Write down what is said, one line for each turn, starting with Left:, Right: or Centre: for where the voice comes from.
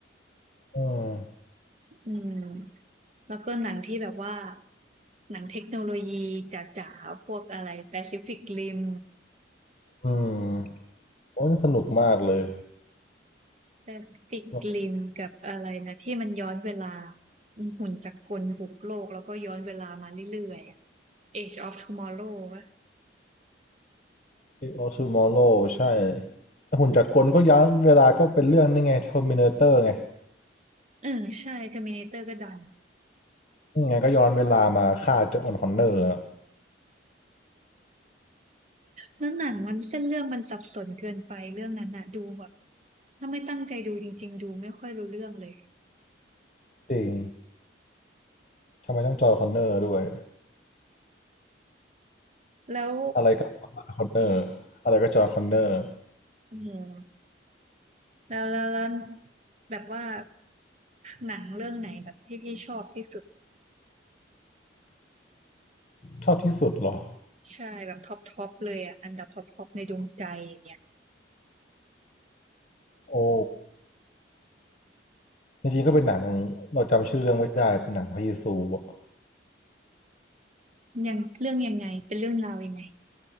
Left: อืม
Right: อืมแล้วก็หนังที่แบบว่า หนังเทคโนโลยีจ๋าๆ พวกอะไรแปซิฟิกริม
Left: อืมโอ้ยน่าสนุกมากเลย
Right: แปซิฟิกริมกับอะไรนะที่มันย้อนเวลา
Left: แบบ
Right: หุ่นจักรกลบุกโลกแล้วก็ย้อนเวลามาเรื่อยๆอะ Age of Tomorrow วะ
Left: ไอออสมอโลใช่แต่หุ่นจักรกลก็ย้อนเวลาก็เป็นเรื่องนี่ไงเทอร์มินาเตอร์ไง
Right: เออใช่ Terminator ก็ดัง
Left: อืมไงก็ย้อนเวลามาฆ่าเจอห์นคอนเนอร์อะ
Right: แล้วหนังมันเส้นเรื่องมันสับสนเกินไปเรื่องนั้นน่ะดูแบบถ้าไม่ตั้งใจดูจริงๆดูไม่ค่อยรู้เรื่องเลย
Left: จริง ทำไมต้องจอห์นคอนเนอร์ด้วย
Right: แล้ว
Left: อะไรก็คอนเนอร์อะไรก็จอห์นคอนเนอร์
Right: อืมแล้วแล้วแล้วแบบว่าหนังเรื่องไหนแบบที่พี่ชอบที่สุด
Left: ชอบที่สุดเหรอ
Right: ใช่แบบท็อปท็อปเลยอ่ะอันดับท็อปท็อปในดวงใจอย่างเงี้ย
Left: โอ้จริงๆก็เป็นหนังเราจำชื่อเรื่องไม่ได้เป็นหนังพระเยซูอะ
Right: ยังเรื่องยังไงเป็นเรื่องราวยังไง